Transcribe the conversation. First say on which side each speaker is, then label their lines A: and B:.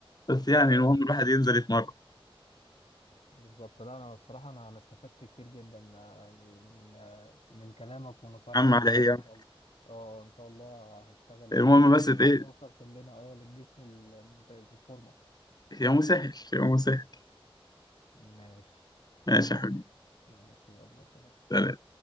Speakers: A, on the left; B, on the left.
A: بس يعني
B: اه
A: المهم
B: بالظبط.
A: الواحد ينزل يتمرن
B: بالظبط لا انا الصراحه انا انا استفدت كتير جدا آه، يعني من آه، من كلامك ونصايحك
A: عم
B: دي
A: على
B: يعني
A: إيه يا
B: ان
A: عم
B: شاء الله اه ان شاء الله هشتغل بيهم
A: المهم
B: يعني
A: بس إيه
B: ونوصل كلنا اه للجسم الممتاز الفورمه
A: يومه سهل يومه سهل
B: ماشي
A: ماشي يا حبيبي
B: ماشي يلا سلام
A: سلام.